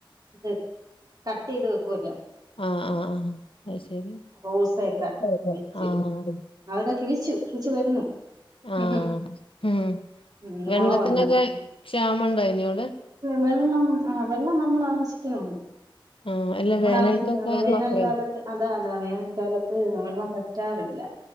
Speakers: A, on the right (about 45°); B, on the left (about 80°).
A: ത് കട്ട് യ്ത് വെക്കുല്ലോ
B: അഹ് അഹ് അഹ് അയ് ശരി
A: റോസയൊക്കെ
B: ആഹ്
A: വെച്ച്
B: ആഹ്
A: അവതാ കിളിച്ചു കിളിച്ചു വരുന്നു
B: ആഹ്
A: ഹ് ഹ്
B: ഉം
A: ഉം
B: വെള്ളത്തിനൊക്കെ
A: മുള വന്ന്
B: ക്ഷാമം ഉണ്ടായിനോ അവിടെ
A: വെള്ളം ആഹ് വെള്ളം നമ്മള് ആവശ്യത്തിനുണ്ട്
B: ആഹ് അല്ല
A: <unintelligible>
B: വേനൽക്കൊക്കെ
A: വേനാൽക്കാലത്ത്
B: കൊറയോ
A: അതാ അതാ വേനാൽക്കാലത്ത് വെള്ളം പറ്റാറു ല്ല